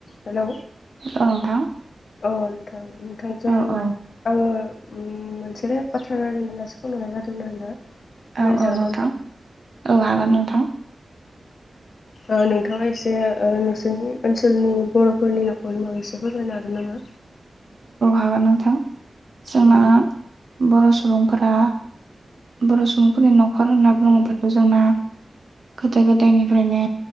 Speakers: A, on the left; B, on the right.
A: Hello
B: औ नोंथां
A: औ नोंथां नोंथांजों
B: औ औ
A: आङो मोनसेल बाथ्रा रायज्लायनो होननासो फन हरनाय जादोंमोन आरोना।
B: औ
A: रायज्लायजागोन
B: औ नोंथां
A: ना
B: औ हागोन नोंथां।
A: औ नोंथाङा एसे ओ नोंसोरनि ओनसोलनि बर'फोरनि न'खरनि बागै एसे फोरमायनो हागोन नामा?
B: माबा नोंथां जोंना
A: औ
B: बर' सुबुंफोरा बर' सुबुंफोरनि न'खर होनना बुङोबाथ' जोंना गोदो गोदायनिफ्रायनो